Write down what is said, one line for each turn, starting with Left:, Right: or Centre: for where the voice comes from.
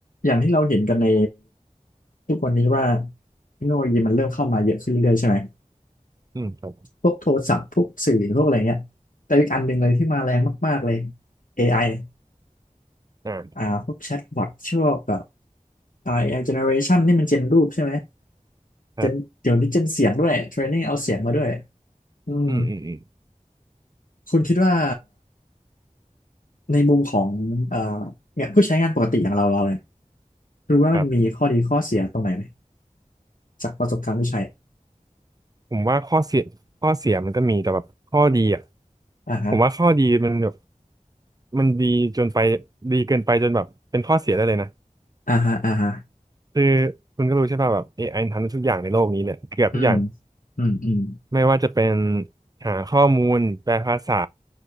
Left: อย่างที่เราเห็นกันในทุกวันนี้ว่าเทคโนโลยีมันเริ่มเข้ามาเยอะขึ้นเรื่อยๆใช่ไหม
Right: อืมครับ
Left: พวกโทรศัพท์พวกสื่อพวกอะไรเงี้ยแต่อีกอันหนึ่งเลยที่มาแรงมากๆเลย AI อไอ
Right: อ่า
Left: อ่าพวกแชทบอทช่วงแบบ AI generation นี่มันเจนรูปใช่ไหม
Right: ครับ
Left: เจนเดี๋ยวนี้เจนเสียงด้วยเทรนนิ่งเอาเสียงมาด้วยอืม
Right: อืมอืมอืม
Left: คุณคิดว่าในมุมของเอ่อเนี่ยผู้ใช้งานปกติอย่างเราเราเนี่ยรู้ว่ามันมีข้อดีข้อเสียตรงไหนไหม
Right: ครับ
Left: จากประสบการณ์ที่ใช้
Right: ผมว่าข้อเสียข้อเสียมันก็มีแต่แบบข้อดีอ่ะ
Left: อ่าฮะ
Right: ผมว่าข้อดีมันแบบมันดีจนไปดีเกินไปจนแบบเป็นข้อเสียได้เลยนะ
Left: อ่าฮะอ่าฮะ
Right: คือคุณก็รู้ใช่ป่ะแบบ AI ทำได้ทุกอย่างในโลกนี้เนี่ยเกือบทุกอย่าง
Left: อืมอืมอืม
Right: ไม่ว่าจะเป็นหาข้อมูลแปลภาษา